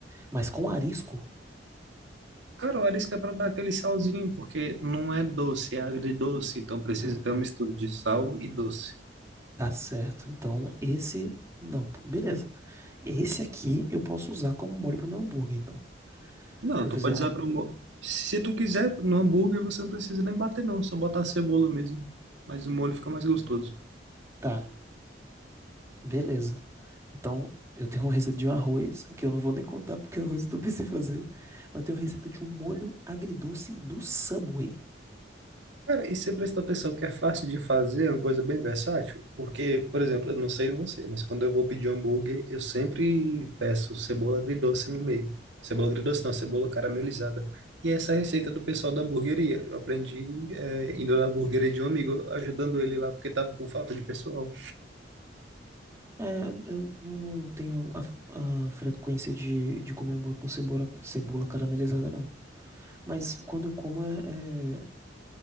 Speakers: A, on the right; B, on the right.
A: mas com arisco?
B: Cara, o arisco é para dar aquele salzinho, porque não é doce, é agridoce, então precisa
A: Hum,
B: ter uma mistura de sal e doce.
A: tá certo. Então, esse. Não, pô, beleza. Esse aqui eu posso usar como molho para meu hambúrguer, então.
B: Não,
A: eu
B: tu
A: fizer
B: pode
A: um.
B: usar para o... Se tu quiser, no hambúrguer você não precisa nem bater não, só botar a cebola mesmo, mas o molho fica mais gostoso.
A: Tá, beleza. Então, eu tenho uma receita de um arroz, que eu não vou nem contar porque o arroz eu não pensei em fazer. Mas tenho uma receita de um molho agridoce do Subway.
B: Cara, e você prestou atenção que é fácil de fazer, é uma coisa bem versátil? Porque, por exemplo, eu não sei você, mas quando eu vou pedir um hambúrguer, eu sempre peço cebola agridoce no meio. Cebola agridoce não, cebola caramelizada. E essa é a receita do pessoal da hamburgueria. Eu aprendi, é, indo na hamburgueria de um amigo, ajudando ele lá, porque tava com falta de pessoal.
A: É, eu não, não tenho a, a frequência de, de comer hambúrguer com cebola, cebola caramelizada, não. Mas quando eu como, é, é-